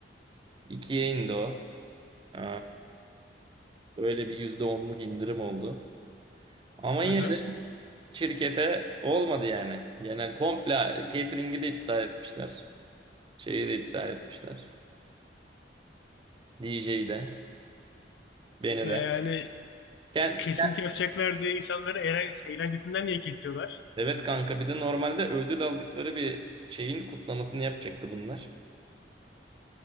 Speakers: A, on the right; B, on the left.
A: ikiye indi o. Ee, öyle bir yüzde onluk indirim oldu. Ama yine
B: Aha.
A: de şirkete olmadı yani. Genel komple catering'i de iptal etmişler. Şeyi de iptal etmişler. DJ'yi de. Beni
B: E,
A: de.
B: yani
A: Ken,
B: kesinti yapacaklar diye insanları eğlen- eğlencesinden niye kesiyorlar?
A: evet kanka bir de normalde ödül aldıkları bir şeyin kutlamasını yapacaktı bunlar.